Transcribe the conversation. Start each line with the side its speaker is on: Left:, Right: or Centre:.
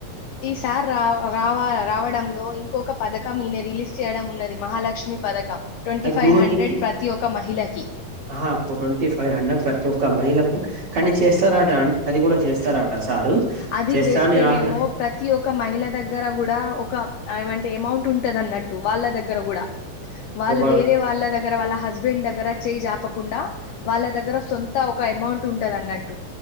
Left: సార్ రా రావ రావడంలో ఇంకొక పథకం ఈయన రిలీజ్ చేయడం ఉన్నది మహాలక్ష్మి పథకం ట్వంటీ
Right: అది
Left: ఫైవ్
Right: గృహిణకి
Left: హండ్రెడ్ ప్రతి ఒక్క మహిళకి
Right: ఆహా ట్వంటీ ఫైవ్ హండ్రెడ్ ప్రతి ఒక్క ఒక మహిళకు కానీ చేస్తారట అండి అది కూడా చేస్తారట సారు
Left: అది
Right: చేస్తా
Left: చేస్తేనేమో
Right: అని ఆర్డర్
Left: ప్రతి ఒక్క మహిళ దగ్గర కూడా ఒక ఏమంటే అమౌంట్ ఉంటది అన్నట్టు వాళ్ళ దగ్గర కూడా వాళ్ళు
Right: ఒక
Left: వేరే వాళ్ళ దగ్గర వాళ్ళ హస్బెండ్ దగ్గర చేయి జాపకుండా వాళ్ళ దగ్గర సొంత ఒక అమౌంట్ ఉంటది అన్నట్టు